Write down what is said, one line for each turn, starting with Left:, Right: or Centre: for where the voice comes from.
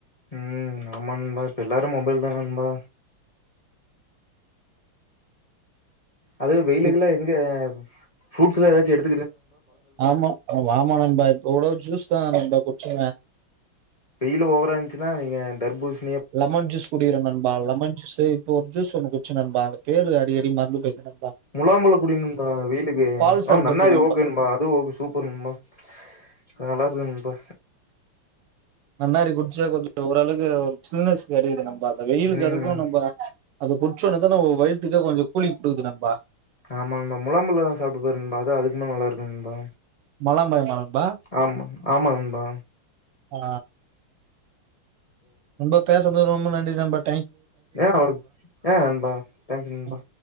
Left: ம் அமங்பா எல்லாரு மொபைல் தா நண்பா அது வெயிலுக்குலா
Right: இப்
Left: இங்க ஃப்ரூட்ஸுலா எதாச்சு எடுத்
Right: ஆமா வாமா நண்பா இப்ப கூட ஜூஸ் தா நண்பா குட்ச்சீங்க
Left: வெயிலு ஓவரா இந்ச்சினா நீங்க தர்பூஸ்
Right: லெமன் ஜூஸ் குடிக்கிற நண்பா லெமன் ஜூஸு இப்ப ஒரு ஜூஸ் ஒன்னு குட்ச்ச நண்பா பேரு அடிக்கடி மற்ந்து பேயிற்து ந
Left: முலாம்பழம் குடி நண்பா வெயிலுக்கு
Right: பால் சர்பத்து
Left: ஆ நன்னாரி ஓகே நண்பா அது ஓகே சூப்பர் நண்பா அ நல்லாருக்கு நண்பா
Right: ன்னாரி குடிச்சா கொஞ்சோ ஒரளவுக்கு ஒரு சில்னஸ் கிடைக்குது நாண் ப்ப அந்த வெயிலுக்கு
Left: ம்
Right: அதுக்கும் நம்ம அத குடிச்சோன்னதா ஒ வயித்துக்கே கொஞ்சோ குளிங் டுது நண்பா
Left: ஆமா நண்பா முலாம்பழோ சாப்டு பாரு நண்பா அது அதுக்கு மேல நல்லா இருக்கு நண்பா
Right: மலம்பாய்மா நண்பா
Left: ஆமா ஆமா நண்பா.
Right: ஆ ரொம்ப பேசுரது ரொம்ப நன் டிசம்பர்
Left: ஏன் அவரு ஏ நண்பா தேங்க்ஸ் நண்பா
Right: ஆ